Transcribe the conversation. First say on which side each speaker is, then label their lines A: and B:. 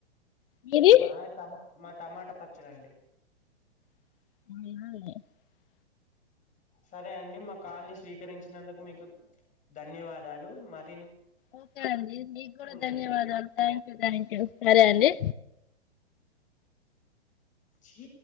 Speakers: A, on the left; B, on the left.
A: మీది
B: మాది టమా మాది టమాటా పచ్చడ అండి.
A: <inaudible>
B: సరే అండి మా కాల్ని స్వీకరించినందుకు మీకు ధన్యవాదాలు మర్
A: ఓకే అండి నీక్కూడా
B: ఉండండి
A: ధన్యవాదాలు థ్యాంక్ యూ థ్యాంక్ యూ సరే అండి
B: ఛీ